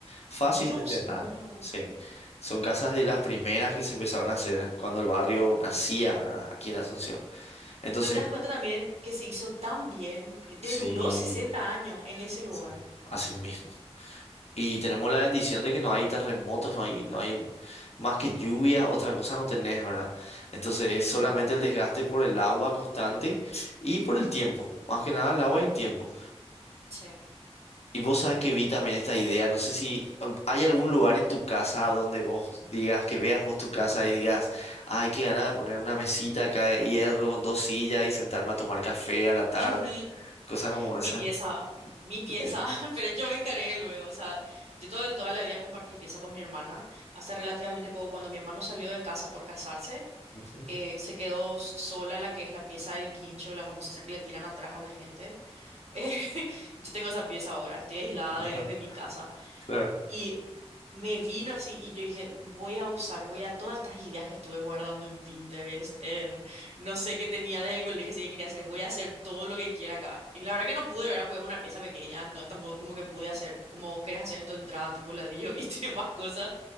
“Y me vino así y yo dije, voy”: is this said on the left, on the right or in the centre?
Right